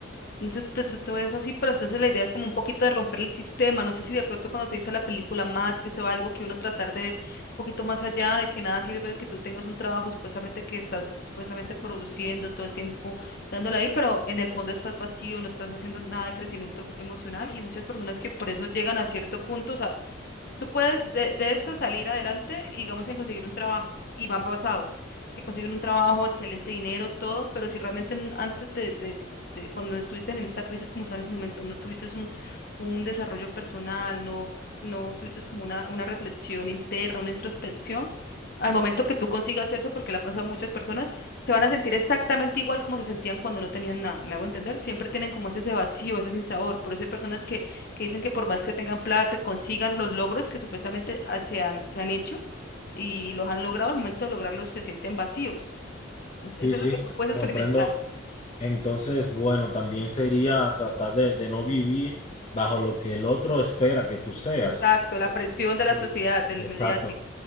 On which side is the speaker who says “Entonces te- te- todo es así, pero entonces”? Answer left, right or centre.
Left